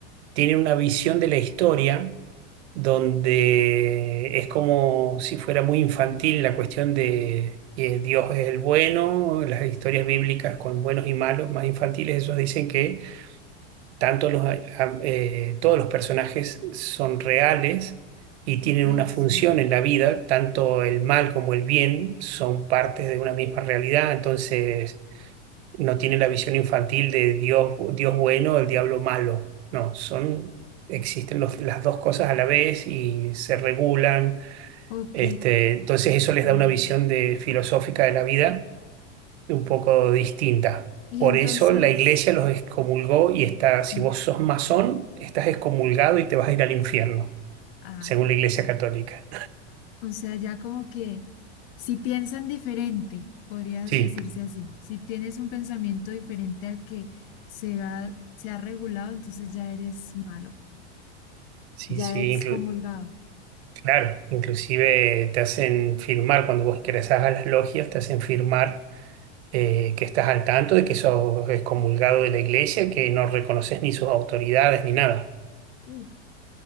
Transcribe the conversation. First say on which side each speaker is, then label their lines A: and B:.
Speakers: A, on the right; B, on the left.
A: tienen una visión de la historia donde es como si fuera muy infantil la cuestión de que Dios es el bueno, las historias bíblicas con buenos y malos, más infantiles, esos dicen que tanto los, a- a- eh, todos los personajes son reales y tienen
B: Ah,
A: una función
B: sí.
A: en la vida, tanto el mal como el bien son partes de una misma realidad, entonces no tiene la visión infantil de Dios, Dios bueno, el diablo malo. No, son, existen los- las dos cosas a la vez y se regulan.
B: Ok,
A: Este, entonces eso les
B: ya,
A: da una
B: ya.
A: visión de, filosófica de la vida un poco distinta.
B: Y
A: Por
B: entonces,
A: eso la iglesia los excomulgó y está,
B: sí.
A: si vos sos masón, estás excomulgado y te vas a ir al infierno,
B: Ah,
A: según la iglesia católica.
B: O sea, ya como que si piensan diferente, podría
A: Sí,
B: decirse así. Si tienes un pensamiento diferente al que se ha, se ha regulado, entonces ya eres malo,
A: sí,
B: ya
A: sí,
B: excomulgado.
A: inclu- claro, inclusive te hacen firmar, cuando vos ingresás a las logias, te hacen firmar eh, que estás al tanto de que sos excomulgado de la iglesia, que no reconoces ni sus autoridades ni nada.
B: Uf, o